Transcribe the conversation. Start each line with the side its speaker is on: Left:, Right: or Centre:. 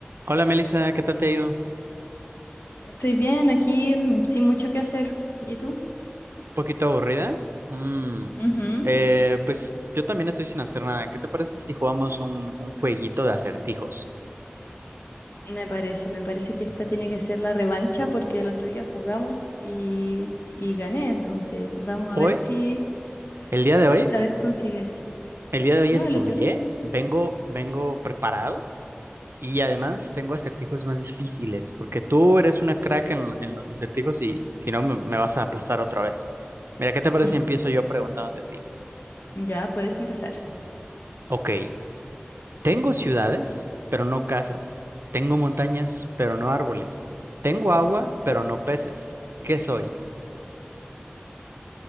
Right: Hola Melissa, ¿qué tal te ha ido?
Left: Estoy bien aquí, mm, sin mucho que hacer. ¿Y tú?
Right: ¿Poquito aburrida? Mm,
Left: Ujú.
Right: eh, pues yo también estoy sin hacer nada. ¿Qué te parece si jugamos un, un jueguito de acertijos?
Left: Me parece, me parece que esta tiene que ser la revancha porque el otro día jugamos y, y gané, entonces vamos
Right: Hoy,
Left: a ver si
Right: el día de
Left: esta
Right: hoy,
Left: vez consigues.
Right: el día de hoy
Left: No,
Right: estudié,
Left: el otro día.
Right: vengo, vengo preparado y además tengo acertijos más difíciles, porque tú eres una crack en, en los acertijos y si no me, me vas a aplastar otra vez. Mira, ¿qué te parece
Left: Ujú.
Right: si empiezo
Left: <laughs>
Right: yo preguntándote a ti?
Left: Ya puedes empezar.
Right: Ok. Tengo ciudades, pero no casas. Tengo montañas, pero no árboles. Tengo agua, pero no peces. ¿Qué soy?